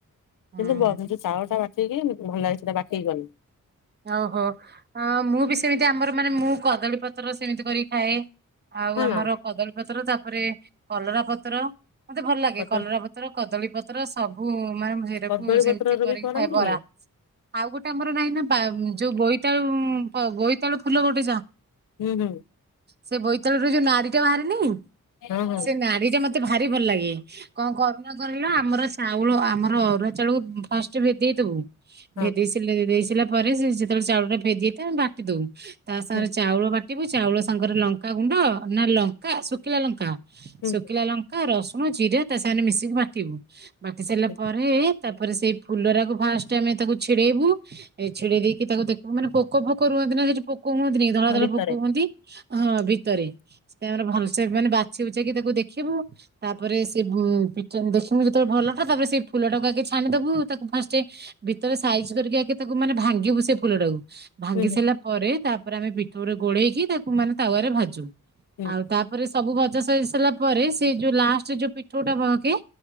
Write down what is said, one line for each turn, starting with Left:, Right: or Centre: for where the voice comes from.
Right: ହୁଁ
Left: କିନ୍ତୁ ବ ସେ ଯଉ ଚାଉଳ ଟା ବାଟିକି ଉଁ ଭଲ ଲାଗେ ସେଟା ବାଟିକି କଲେ।
Right: ଓହୋ ଅ ମୁଁ ବି ସେମିତି ଆମର ମାନେ ମୁଁ କଦଳୀ ପତ୍ର ସେମିତି କରି ଖାଏ। ଆଉ
Left: ହଁ
Right: ଆମର
Left: ନା
Right: କଦଳୀପତ୍ର ତାପରେ କଲରା ପତ୍ର ମତେ ଭଲ ଲାଗେ
Left: କଦ
Right: କଲରା ପ ତ୍ର କଦଳୀ ପତ୍ର ସବୁ ମାନେ ମୁଁ ସେରାକୁ
Left: କଦଳୀ ପତ୍ରର
Right: ସେମିତି କରିକି
Left: ବି କରନ୍ତି
Right: ଖାଏ ବରା।
Left: କି
Right: ଆଉ ଗୋଟେ ଆମର ନାହିଁ ନା। ପା ଉଁ ଯୋଉ ବୋଇତାଳୁ ଉଁ ପ ବୋଇତାଳୁ ଫୁଲ ଗୋଟେ ଯା।
Left: ହୁଁ ହୁଁ।
Right: ସେ ବୋଇତାଳୁ ରୁ ଯୋଉ ନାଡି ଟା ବାହାରେନି
Left: ହଁ ହଁ
Right: ସେ ନାଡି ଟା ମ ମତେ ଭାରି ଭଲ ଲାଗେ କଣ କରନା କରିଲ ଆମର ଚାଉଳ ଆମର ଅରୁଆ ଚଳକୁ ଫାର୍ଷ୍ଟ ଭେଦେଇ ଦବୁ
Left: ହଁ
Right: ଭେଦେଇ ସିଲା ରେଇ ସିଲା ପରେ ସେ ଯେତେବେଳେ ଚାଉଳ ଟା ଭେଦେଇ ଥା ବାଟିଦଉ। ତା ସାଙ୍ଗରେ
Left: ହୁଁ
Right: ଚାଉଳ ବାଟିବୁ ଚାଉଳ ସାଙ୍ଗରେ ଲଙ୍କା ଗୁଣ୍ଡ ନା ଲଙ୍କା ଶୁଖିଲା ଲଙ୍କା।
Left: ହୁଁ
Right: ଶୁଖିଲା ଲଙ୍କା, ରସୁଣ, ଜିରା ତା ସାଙ୍ଗନେ ମିଶିକି ବାଟିବୁ ବାଟି ସାରିଲା
Left: ହୁଁ
Right: ପରେ। ତାପରେ ସେଇ ଫୁଲରାକୁ ଫାର୍ଷ୍ଟ ଆମେ ତାକୁ ଛିଡେଇବୁ ଏ ଛିଡେଇ ଦେଇକି ତାକୁ ଦେ ଉ ମାନେ ପୋକ ଫୋକ ରୁହନ୍ତି ନା ସେଠି ପୋକ ହୁଅନ୍ତି ନି କି ଧଳା
Left: ହଁ
Right: ଧଳା
Left: ଭିତରେ
Right: ପୋକ ହୁଅନ୍ତି ହଁ ଭିତରେ। ସେ ଆମର ଭଲସେ ମାନେ ବାଛିି ବୁଛେଇକି ତାକୁ ଦେଖିବୁ। ତାପରେ ସେ <unintelligible> ଦେଖିମୁ ଯେତେବେଳେ ଭଲଟା ତାପରେ ସେ ଫୁଲଟାକୁ ଆଗେ ଛାଣିଦବୁ ତାକୁ ଫାର୍ଷ୍ଟେ। ଭିତରେ ସାଇଜ କରିକି ଆଗେ ତାକୁ ମାନେ ଭାଙ୍ଗିବୁ ସେ ଫୁଲ ଟାକୁ ଭାଙ୍ଗି
Left: ହୁଁ ହୁଁ
Right: ସାରିଲା। ପରେ ତାପରେ ଆମେ ପିଠଉରେ ଗୋଳେଇକି ତାକୁ ମାନେ ତାୱାରେ ଭାଜୁ
Left: ହୁଁ
Right: ଆଉ ତା ପରେ ସବୁ ଭଜା ସରି ସରିଲା ପରେ ସେ ଯୋଉ ଲାଷ୍ଟରେ ଯୋଉ ପିଠଉଟା ବହକେ